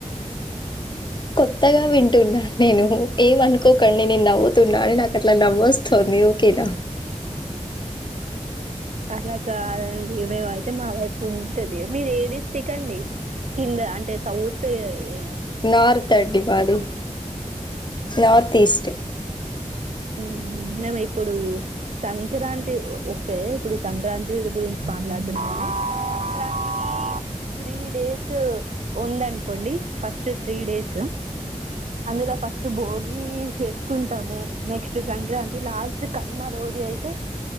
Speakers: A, on the left (about 35°); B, on the right (about 65°).
A: కొత్తగా వింటున్నాను నేను ఏమి అనుకోకండి నేను నవ్వుతున్నా. నాకు అట్లా నవ్వస్ తన్నేవు కిల
B: అలా కాదండి మేమైతే మా వైపు ఉంటది మీరు ఏ డిస్ట్రిక్ట్ అండి కింద అంటే సౌత్ ఏ
A: నార్త్ అండి మాది నార్త్ ఈస్ట్
B: ఊహూ మేము ఇప్పుడు సంక్రాంతి ఓకే ఇప్పుడు సంక్రాంతి గురించి మాట్లాడుతున్నాము సంక్రాంతికి త్రీ డేసు ఉంది అనుకోండి ఫస్ట్ జస్ట్ త్రీ డేస్ అందులో ఫస్ట్ భోగి చేసుకుంటాము నెక్స్ట్ సంక్రాంతి లాస్ట్ కనుమ రోజు అయితే